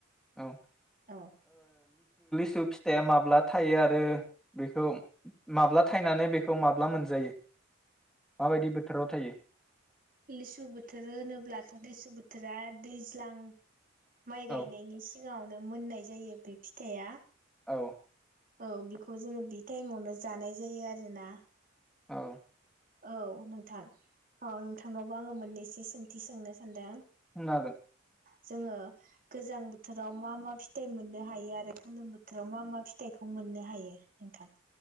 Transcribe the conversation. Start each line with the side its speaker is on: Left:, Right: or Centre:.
Centre: औ
Right: औ।
Centre: थु फिथाइया माब्ला थायो आरो बेखौ माब्ला थायनानै बेखौ माब्ला मोनजायो माबायदि बोथोराव थायो?
Right: लिसु बोथोर होनोब्लाथ' लिसु बोथोरा दैज्लां माइ
Centre: औ
Right: गायनायनि सिगाङाव नो मोननाय जायो बे फिथाइआ।
Centre: औ
Right: औ बेखौ जोङो बे टाइमावनो जानाय जायो आरोना।
Centre: औ
Right: औ नोंथां औ नोंथांनावबो आङो मोननैसो सोंथि सोंनो सानदों।
Centre: सोंनो हागोन।
Right: जोङो गोजां बोथोराव मा मा फिथाइ मोननो हायो आरो गोलोम बोथोराव मा मा फिथाइखौ मोननो हायो नोंथां?